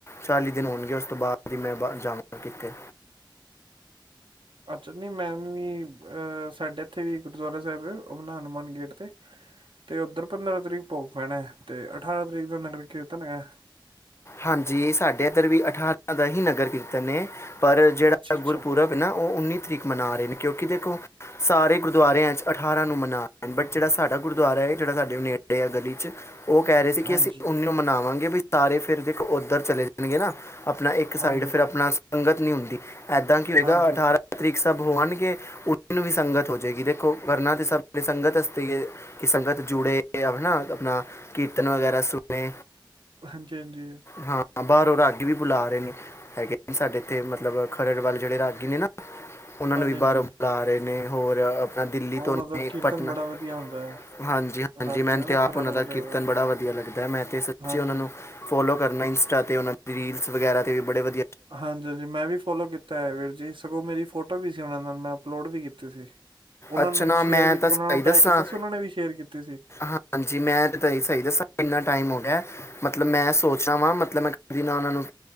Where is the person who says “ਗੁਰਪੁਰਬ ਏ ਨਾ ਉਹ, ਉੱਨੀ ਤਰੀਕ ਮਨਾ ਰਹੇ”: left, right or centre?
Left